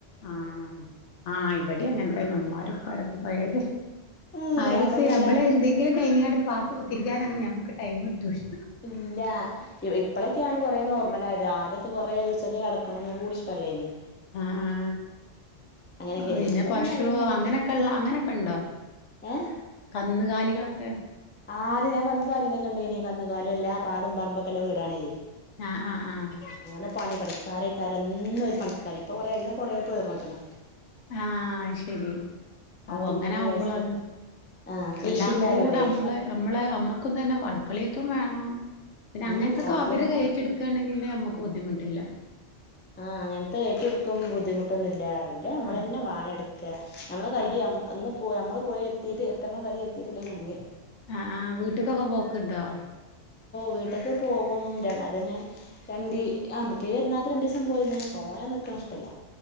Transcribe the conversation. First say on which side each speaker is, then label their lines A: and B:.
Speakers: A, on the left; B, on the left.
A: ആഹ് ആഹ് ഇവിടെ അങ്ങനത്തെന്നെ ഉമ്മാരഉപ്പാരക്ക പഴേത്
B: ഉം
A: അയ്ന്പ്പെ
B: അപ്പൊ പിന്നെ
A: ഞമ്മളെന്തെങ്കിലും
B: നമ്മള്
A: കയ്ഞ്ങ്ങാണ്ട് ബാത്‌ കുത്തിരിക്കാനങ്ങട് ഞമ്മക് ടൈമ് കിട്ടൂലാ...
B: ഇല്ല്യാ... ഇപ്പളക്ക്യാണ് കൊറെ നോർമലായത് ആദ്യൊക്കെ കൊറേ ഉച്ചക്ക്കെടക്കണംകൂടിഇഷ്ട ട്ടല്ല്യേനി
A: അ ആ..
B: അങ്ങനെയൊക്കെനി
A: പിന്നെ
B: ഇപ്പൊ
A: പശു
B: അതിലൊന്നും വ
A: അങ്ങനെക്കെള്ളാ അങ്ങനെക്കെണ്ടോ....
B: ഏഹ്
A: കന്നുകാലികളക്കെ..
B: ആദ്യ ഞാ വന്നതീലൊക്കെണ്ടേന്ന് കന്നുക്കാലിയെല്ലാം ല്ലാ... പാടം പറമ്പൊക്കല്ലെ വീടാണേ..
A: ആഹ് ആഹ് ആഹ്
B: അങ്ങനെപണിപണിക്കാ ക്കാരെന്നൊരു പണിക്കാര് ഇപ്പ കൊറേ അയ്നൊക്കെകൊറേപേർന്നക്ക്ണ്.
A: ആ... ശെരി അവ്വ്
B: വാപ്പിമ്മക്ക്
A: അങ്ങനാമ്പളാണ്
B: വയസ് ആഹ് കൃഷി
A: എല്ലാം
B: ഇണ്ടായോണ്ടേ
A: കൂടെമ്മള് ഞമ്മളെ മ്മക്കുംതന്നെ അടുക്കളേത്തും വേണം പിന്ന അങ്ങനത്തൊക്കവരേറ്റെട്ത്ത്ട്ക്കാണെ
B: ഉം ഓലോ
A: ങ്കില് നമ്മക് ബുദ്ധിമുട്ടില്ലാ...
B: ആ.. അങ്ങനത്തെഏറ്റെടുക്കും ബുദ്ധിമുട്ടൊന്നുല്ലാ... ല്ലമ്മളെന്നെ
A: ആഹ്
B: വാണെട്ക്കാ... ഞമ്മളെ കയ്യ്
A: ആഹ്
B: അമ് അന്ന്പോയി മ്മള് പോയി എത്തീട്ട് എത്തണ്ട കയ്യ് എത്തീട്ടില്ലെങ്കില് കുട്ങ്ങി
A: അ ആ വീട്ട്ക്കൊക്കെ പോക്ക്ണ്ടോ..?
B: വീട്ട് ക്ക് പോകും മ്അതന്നെ രണ്ടീ അ ഇപ്പൊഈപെരുന്നാക്ക്പോയിന്ന് തോനെ നിക്ക്ണ ഇഷ്ടല്ല